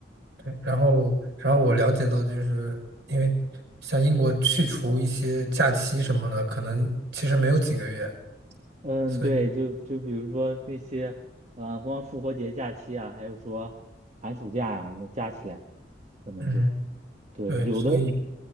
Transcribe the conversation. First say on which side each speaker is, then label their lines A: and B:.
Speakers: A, on the right; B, on the right.
A: 对然后，然后我了解到，就是因为像英国去除一些假期什么的，可能其实没有几个月，
B: 嗯，
A: 所以，
B: 对，就就比如说那些，呃，光复活节假期啊，还有说寒暑假呀、那加起来，可能就
A: 嗯，
B: 对，
A: 对，
B: 有的
A: 所以，